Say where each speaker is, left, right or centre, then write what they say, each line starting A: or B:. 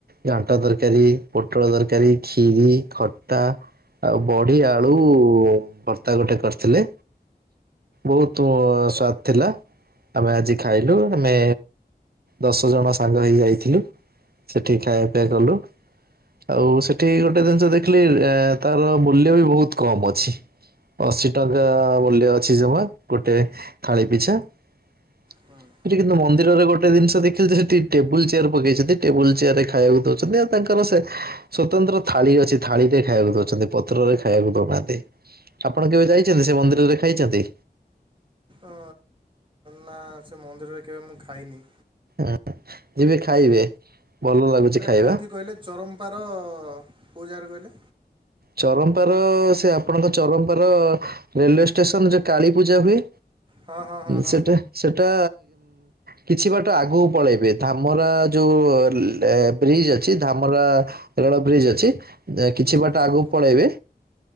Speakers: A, on the right; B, on the right.
A: ଘାଣ୍ଟ ତରକାରୀ ପୋଟଳ ତରକାରୀ, ଖିରି, ଖଟା ଆଉ ବଢି ଆଳୁ ତା ଗୋଟେ କରିଥିଲେ। ବହୁତ ସ୍ଵାଦ ଥିଲା। ଆମେ ଆଜି ଖାଇଲୁ। ଆମେ ଦଶ ଜଣ ସାଙ୍ଗ ହେଇ ଯାଇଥିଲୁ। ସେଠି ଖାଇବା ପିବା କଲୁ। ଆଉ ସେଇଠି ଗୋଟେ ଜିନିଷ ଦେଖିଲି ତାର ମୂଲ୍ୟ ବି ବହୁତ କମ୍ ଅଛି। ଅଶୀ ଟଙ୍କା ମୂଲ୍ୟ ଅଛି ଜମା ଗୋଟେ ଥାଳି ପିଛା। ସେଠି
B: ହଁ ନ-
A: କିନ୍ତୁ ମନ୍ଦିରରେ ଗୋଟେ ଜିନିଷ ଦେଖିଲେ ଯେ ସେଠି ଟେବୁଲ ଚେୟାର ପକେଇଛନ୍ତି ଟେବୁଲ ଚେୟାର ରେ ଖାଇବାକୁ ଦଉଛନ୍ତି ଆଉ ତାଙ୍କର ସେ ସ୍ଵତନ୍ତ୍ର ଥାଳି ଅଛି ଥାଳିରେ ଖାଇବାକୁ ଦଉଛନ୍ତି ପତ୍ରରେ ଖାଇବାକୁ ଦେବାର ନାହଁ। ଆପଣ କେବେ ଯାଇଛନ୍ତି ସେ ମନ୍ଦିରରେ ଖାଇଛନ୍ତି?
B: ଅ ନା ସେ ମନ୍ଦିରରେ କେବେ ମୁଁ ଖାଇନି।
A: ହଁ ଯିବେ ଖାଇବେ ଭଲ ଲାଗୁଛି
B: ସେଇଟା
A: ଖାଇବା।
B: କେଉଁଠି କହିଲେ ଚରମ୍ପାର କେଉ‌ ଯାଗାର କହିଲେ?
A: ଚରମ୍ପାର ସେ ଆପଣଙ୍କ ଚରମ୍ପାର ରେଲୱେ ଷ୍ଟେସନ ଯୋଉ କାଳୀ ପୂଜା ହୁଏ।
B: ହଁ ହଁ ହଁ ହଁ
A: ସେଟା ସେଟା କିଛି ବାଟ ଆଗକୁ ପଳେଇବେ। ଧାମରା ଯୋଉ ବ୍ରିଜ ଅଛି ଧାମରା ରେଳ ବ୍ରିଜ୍ ଅଛି କିଛି ବାଟ
B: ଆଚ୍ଛା
A: ଆଗକୁ ପଳେଇବେ